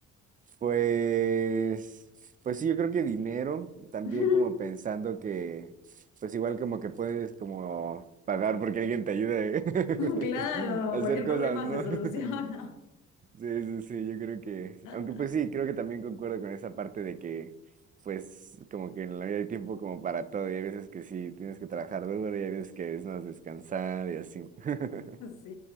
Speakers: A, on the right; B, on the left.
A: Pues, pues sí, yo creo que dinero, también
B: <laughs>
A: como pensando que, pues igual como que puedes como pagar porque alguien te ayude <laughs>
B: Claro,
A: a hacer
B: cualquier
A: cosas,
B: problema
A: ¿no?
B: se soluciona.
A: <laughs> Sí, sí, sí, yo creo que,
B: <laughs>
A: aunque pues sí, creo que también concuerdo con esa parte de que, pues, como que en la vida hay tiempo como para todo, y hay veces que sí tienes que trabajar duro, y hay veces que es más descansar y así. <laughs>
B: Sí,